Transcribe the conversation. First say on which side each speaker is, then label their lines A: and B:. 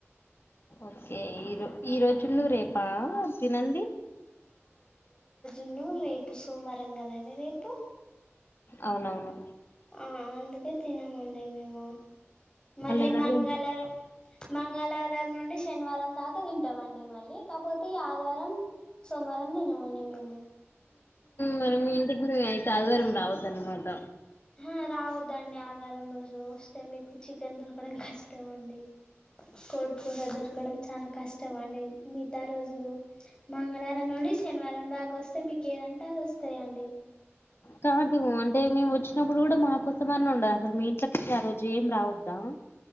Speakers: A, on the left (about 55°); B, on the left (about 20°).
A: ఓకే ఈ ఈ రోజులు రేపా తినండి
B: న్న రేపు సోమవారం కదండి రేపు
A: అవునవును
B: ఆ అందుకే తినమండి మేము మళ్ళీ
A: ఎన్నడు
B: మంగళారం
A: తిం
B: మంగళవారం నుండి శనివారం దాకా తింటామండి మళ్ళీ కాకపోతే ఈ ఆదివారం సోమవారం తినమండి మేము
A: మరి మీ ఇంటికి మేము అయితే ఆదివారం రావద్ద అన్నమాట
B: ఆ రావద్దండి ఆదివారం రోజు వస్తే మీకు చికెన్ దొరకడం కష్టం వండి కోడి కూర దొరకడం చాలా కష్టం ఇష్టం అండి మిగతా రోజులు మంగళవారం నుండి శనివారం దాక వస్తే మీకు ఏదంటే అది వస్తు స్త అండి
A: కాదు అంటే మేము వచ్చినప్పుడు కూడా మాకోసం అని ఉండదు అసలు మీ ఇంట ఆ రోజు ఏం రావద్దా